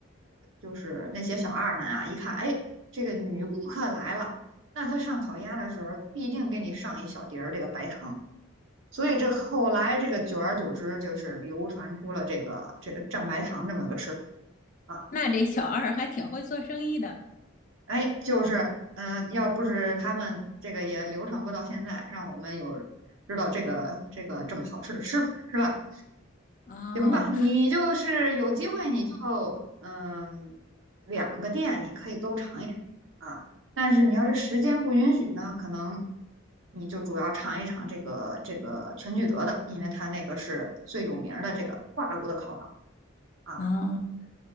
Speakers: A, on the right (about 70°); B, on the left (about 40°).
A: 就是那些小二们啊，一看，哎，这个女顾客来了，那她上烤鸭的时候必定给你上一小碟儿这个白糖。所以这后来这个久而久之，就是流传出了这个这个蘸白糖这么个吃法啊。
B: 那这小二还挺会做生意的呢。
A: 哎，就是嗯、呃要不是他们这个也流传不到现在，让我们有知道这个这个这么好吃的吃法，是吧？
B: 哦，
A: 行吧，你就是有机会你就嗯，两个店你可以都尝一尝啊。但是你要是时间不允许呢，可能你就主要尝一尝这个这个全聚德的，因为它那个是最有名儿的这个挂炉的烤法啊。
B: 嗯，